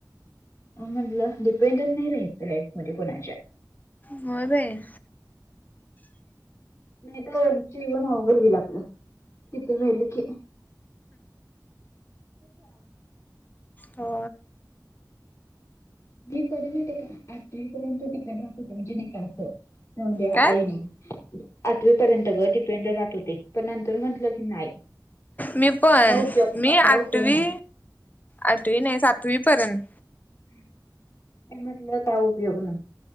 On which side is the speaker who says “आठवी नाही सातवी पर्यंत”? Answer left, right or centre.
Left